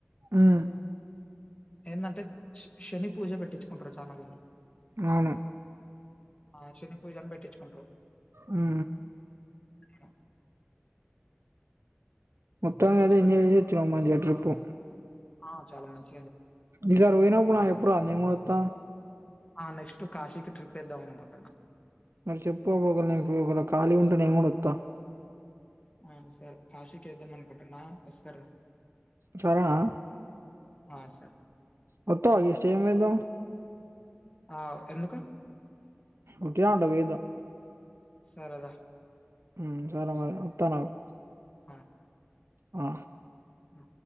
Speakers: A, on the right; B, on the left.
A: హ్మ్
B: ఏందంటే శ శని పూజ పెట్టించుకుంటారు చాలా మంది
A: అవును
B: ఆ శని పూజాని పెట్టిచ్చుకుంట్రు
A: ఊ ఊ
B: ఏమో
A: మొత్తానికయితే
B: పెట్టించుకొని
A: ఎంజాయ్
B: రి
A: చేసిచ్చినవ్ మంచిగా ట్రిప్పు
B: ఆ చాలా మంచి
A: ఈసారి పోయినప్పుడు నాకు జెప్పరాదు నేన్ గూడ ఒత్త
B: ఆ నెక్స్ట్ కాశీకి ట్రిప్ వేద్దాం అనుకుంటున్నా
A: మరి చెప్పు అప్పుడు ఒక వేళ నేను ఒక వేళ ఖాళీ ఉంటే నేన్ గుడా ఒత్త
B: ఆ సరె కాషికి ఎద్దాం అనుకుంటున్నా ఓసర
A: చరేనా
B: ఆ సరె
A: వత్తవా ఈ స్టేజ్ మీద
B: ఆ ఎందుకు
A: ఉట్టిగా అట్లా పోయిద్దాం
B: సరే దా
A: ఉ సరె మరి ఒత్తన్న ఆగు
B: ఆ
A: ఆ
B: ఉ